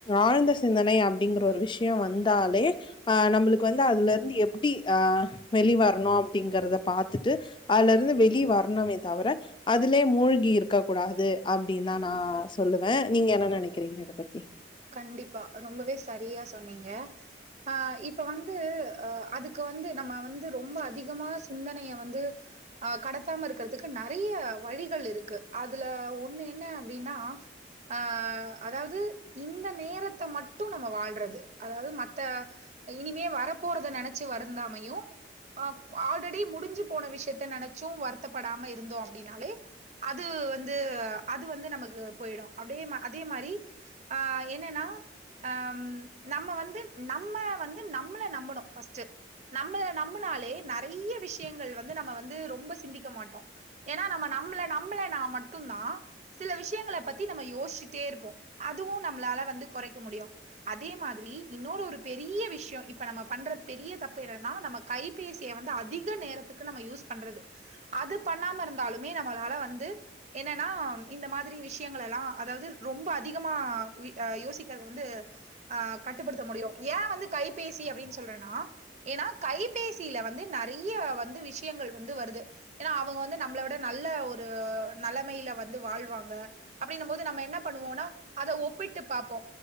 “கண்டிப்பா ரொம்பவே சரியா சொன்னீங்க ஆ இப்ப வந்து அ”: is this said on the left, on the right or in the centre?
Right